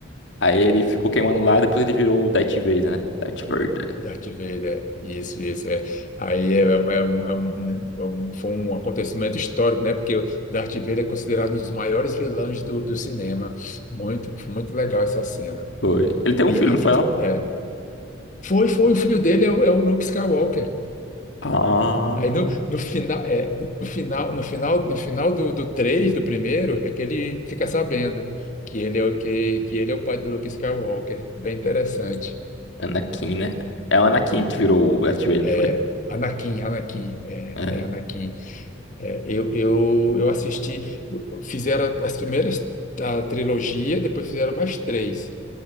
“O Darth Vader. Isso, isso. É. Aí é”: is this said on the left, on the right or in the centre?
Left